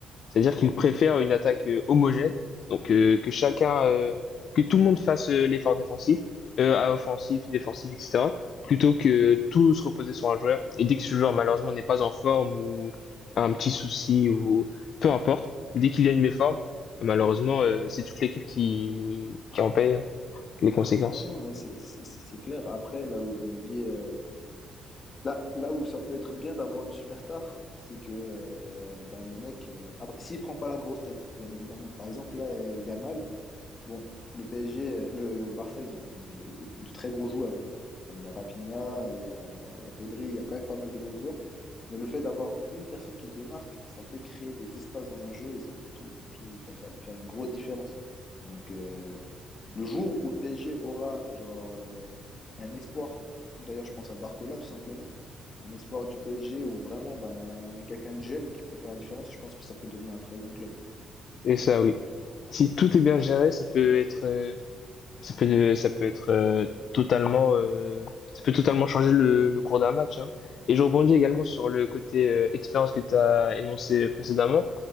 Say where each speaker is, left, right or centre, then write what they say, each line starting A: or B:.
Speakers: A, on the left; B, on the left.
A: C'est-à-dire qu'il préfère une attaque euh, homogène, donc euh, que chacun, euh, que tout le monde fasse euh, l'effort défensif, euh, à offensif, défensif, etc., plutôt que tout se reposer sur un joueur. Et dès que ce joueur malheureusement n'est pas en forme ou a un petit souci ou peu importe, dès qu'il y a une méforme, malheureusement euh, c'est toute l'équipe qui qui en paye les conséquences.
B: Non, non, ouais, c'est c'est- c'est- c'est clair. Après, là où je me dis, euh, là, là où ça peut être bien d'avoir une superstar, c'est que euh, ben, le mec, euh, après, s'il prend pas la grosse tête, bien évidemment. Par exemple, là, euh, Yamal, Bon, le PSG, euh, le Barça, ils ont, ils ont des- des- de très gros joueurs. hein. Enfin, il y a Rafinha, euh, il y a, il y a Pedri, il y a quand même pas mal de gros joueurs. Mais le fait d'avoir une personne qui se démarque, ça peut créer des espaces dans un jeu et ça peut tout, tout, enfin, ça peut faire une grosse différence. Donc, euh, le jour où le PSG aura genre euh, un espoir, d'ailleurs, je pense à Barcola tout simplement, un espoir du PSG où vraiment ben quelqu'un de jeune qui peut faire la différence, je pense que ça peut devenir un très grand club.
A: Et ça, oui. Si tout est bien géré, ça peut être, euh, ça peut, ça peut être euh, totalement, euh, ça peut totalement changer le, le cours d'un match. hein. Et je rebondis également sur le côté euh, expérience que tu as énoncé précédemment.